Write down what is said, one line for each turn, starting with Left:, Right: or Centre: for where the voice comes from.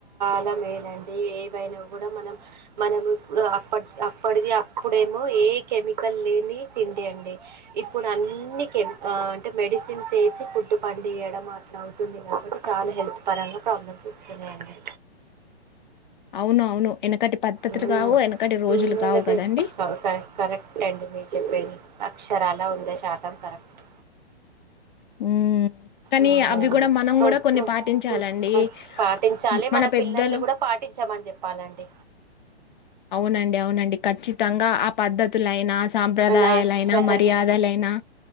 Right: ఇలామేలంటే ఏ పైనా కూడా మనం మనము ఒ అప్పడ్ అప్పడిగియా అప్పుడేమో, ఏ కెమికల్ లేని తిండి అండి ఇప్పుడు అన్నీ, కేమికా అంటే మెడిసిన్స్ వేసి ఫుడ్డు పండియడ్ ట్లా మొత్తం అవుతుంది. కాబట్టి చాలా హెల్త్ పరంగా ప్రాబ్లమ్స్ వస్తున్నాయండి.
Left: అవునవును ఎనకటి పద్ధతులు
Right: ఉమ్
Left: గావు, ఎనకటి రోజులు
Right: హ్మ్మ్
Left: కావు
Right: అంతే
Left: గదండీ!
Right: కరె ఫైవ్ కరెక్ట్ టైమ్స్ అండి మీరు చెప్పేది. అక్షరాల వుందే శాతం కరెక్ట్
Left: హ్మ్. కానీ
Right: ఉమ్
Left: అవి గూడా మనం
Right: హమ్
Left: గూడా కొన్ని
Right: ఆ
Left: పాటించాలండి.
Right: హ్మ్ ఆమ్ పాటించాలి,
Left: హ్మ్.
Right: మన
Left: పెద్దలు
Right: పిల్లల్ని కూడా పాటించామని చెప్పాలంటే
Left: అవునండి, అవునండి ఖచ్చితంగా ఆ పద్ధతులైనా సాంప్రదాయాలైనా,
Right: నా ఆశీర్వదను
Left: మర్యాదలైనా